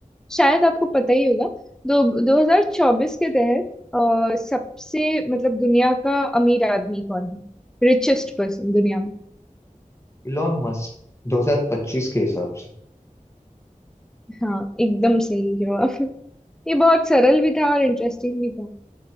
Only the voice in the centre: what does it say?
शायद आपको पता ही होगा दो 2024 के तहत अ, सबसे मतलब दुनिया का अमीर आदमी कौन है रिचेस्ट पर्सन दुनिया में
हाँ एकदम सही जवाब ये बहुत सरल भी था और इंटरेस्टिंग भी था